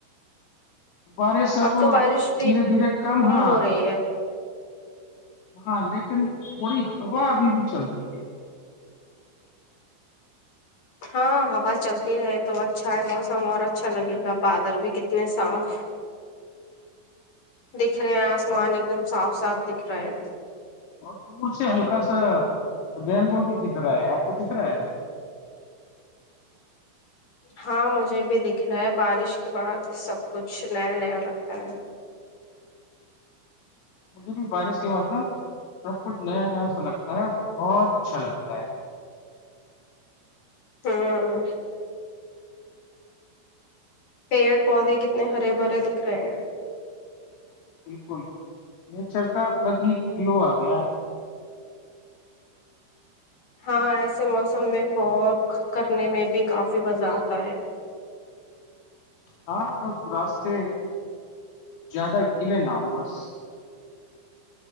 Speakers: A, on the left; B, on the left.
A: بارش اب
B: تو بارش
A: دھیرے دھیرے کم ہاں
B: ہو رہی ہے
A: ہاں لیکن تھوڑی ہوا ابھی بھی چل رہی ہے
B: ہاں ہوا چلتی رہے تو اچھا ہے موسم اور اچھا لگے گا بادل بھی کتنے صاف دکھ رہے ہیں آسمان
A: اور
B: ایک دم صاف صاف دکھ رہا ہے
A: اور دور سے ہلکا سا رینبو بھی دکھ رہا ہے آپ کو دکھ رہا ہے
B: ہاں مجھے بھی دکھ رہا ہے بارش کے بعد سب کچھ نیا نیا لگتا ہے
A: مجھے بھی بارش کے بعد نا سب کچھ نیا نیا سا لگتا ہے اور بہت اچھا لگتا ہے
B: ہاں پیڑ پودے کتنے ہرے بھرے دکھ رہے ہیں
A: بالکل نیچر کا الگ ہی گلو اگیا ہے
B: ہاں ایسے موسم میں واک کرنے میں بھی کافی مزہ اتا ہے
A: ہاں بس راستے زیادہ گیلے نہ ہوں بس